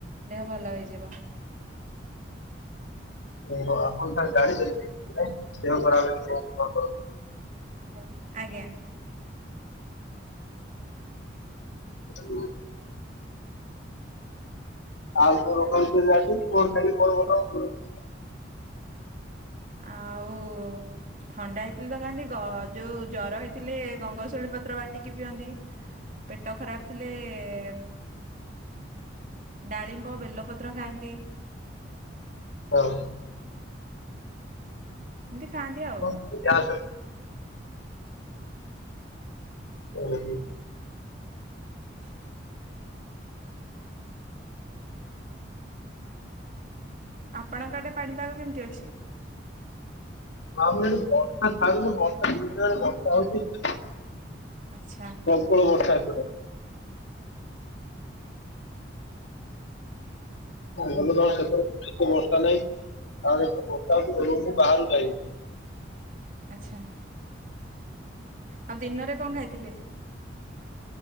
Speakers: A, on the right; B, on the left.
A: ଦେହ ଭଲ ହେଇଯିବ।
B: ଓହୋ ଆପଣ ତାହେଲେ ଜାଣିଛନ୍ତି ଦେହ ଖରାପ ହେଲେ କଣ <unintelligible>
A: ହଉ ଆଜ୍ଞା।
B: <inaudible> ଆଉ କୋଉ ଦୋକନ ଅଛି <unintelligible>
A: ଆଉ ଥଣ୍ଡା ହେଇଥିଲେ ତ କାନ୍ତି ଗ ଯୋଉ ଜର ହେଇଥିଲେ ଗଙ୍ଗସିଉଳୀ ପତ୍ର ବାଟିକି ପିଅନ୍ତି। ପେଟ ଖରାପ ଥିଲେ ଏ ଏ ଏ ଏ ଡାଳିମ୍ବ, ବେଲପତ୍ର ଖାଆନ୍ତି।
B: ହଁ।
A: ଏମିତି ଖାଆନ୍ତି ଆଉ।
B: ଚାା <unintelligible> ହ <unintelligible>
A: <unintelligible> ଆପଣଙ୍କ ଆଡେ ପାଣିପାଗ କେମିତି ଅଛି?
B: ବା ବର୍ଷା ାରୁନ ବର୍ଷା ଦଇ ବର୍ଷା ହଉଛି <unintelligible>
A: ଆଚ୍ଛା
B: ପ୍ରବଳ ବର୍ଷା ଏପଟେ। ଭଲ ନ ସେ ସେତେ ଭରଷା ନାହିଁ କାରଣ ବର୍ଷା ହ ବାହାରୁ ଯଏ <inaudible>
A: ଆଛା ଆଉ ଦିନରେ କଣ ଖାଇଥିଲେ?